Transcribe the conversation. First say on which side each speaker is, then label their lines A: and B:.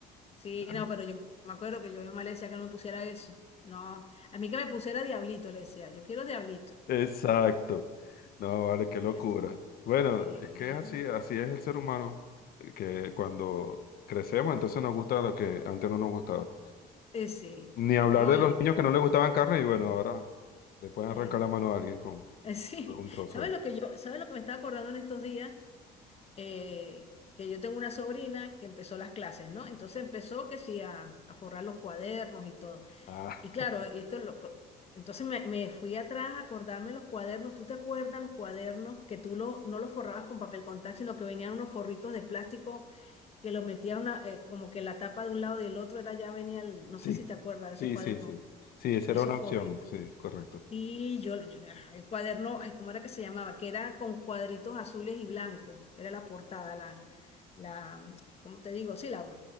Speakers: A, on the left; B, on the left.
A: sí,
B: Claro.
A: no, pero yo me acuerdo que yo a mi mamá le decía que no me pusiera eso. No, a mí que me pusiera diablito, le decía, yo quiero diablito.
B: Exacto. No, vale, qué locura.
A: Es-
B: Bueno,
A: Sí,
B: es que así, así es el ser humano, eh, que cuando crecemos, entonces nos gusta lo que antes no nos gustaba.
A: eh, sí,
B: Ni hablar
A: no,
B: de
A: y,
B: los niños que no les gustaban carne y bueno, ahora le pueden
A: y-
B: arrancar la mano a alguien con...
A: eh, sí.
B: Es un
A: <laughs>
B: trozo
A: ¿Sabes
B: de-
A: lo que yo, sabes lo que me estaba acordando en estos días? Eh, que yo tengo una sobrina que empezó las clases, ¿no? Entonces empezó que sí a, a forrar los cuadernos y todo.
B: Ah,
A: Y claro,
B: <laughs>
A: esto lo, co- entonces me, me fui atrás a acordarme los cuadernos. ¿Tú te acuerdas los cuadernos que tú lo, no los forrabas con papel contact, sino que venían unos forritos de plástico que los metían una- eh, como que la tapa de un lado y del otro era ya venía el, no sé
B: sí.
A: si te acuerdas de
B: Sí,
A: esos cuadernos
B: sí, sí. Sí, esa
A: y
B: era
A: esos
B: una
A: forritos.
B: opción. Sí, correcto.
A: Y yo, yo- ah, el cuaderno, ay, ¿cómo era que se llamaba? Que era con cuadritos azules y blancos, era la portada, la, la, ¿cómo te digo? Sí, la,